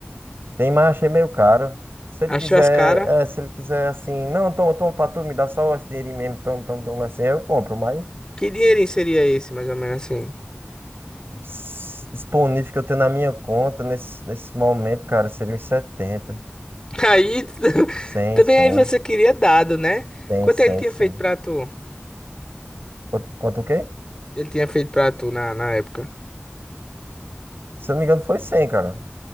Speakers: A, on the right; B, on the left.
A: Tem, marcha achei meio caro. Se ele
B: Achou
A: quiser,
B: as caras.
A: é, se ele quiser assim, não, toma, toma pra tu, me dá só esse dinheirinho mesmo, toma, toma, toma assim, eu compro, mas
B: Que dinheirinho seria esse, mais ou menos assim?
A: s- disponível que eu tenho na minha conta nesse, nesse momento, cara, seria uns 70,
B: <laughs> Aí, <laughs>
A: 100,
B: também
A: 100,
B: aí você queria dado, né?
A: 100,
B: Quanto
A: 100.
B: ele tinha
A: 100.
B: feito pra tu?
A: Quanto, quanto o quê?
B: Ele tinha feito pra tu na, na época?
A: Se eu não me engano foi 100, cara.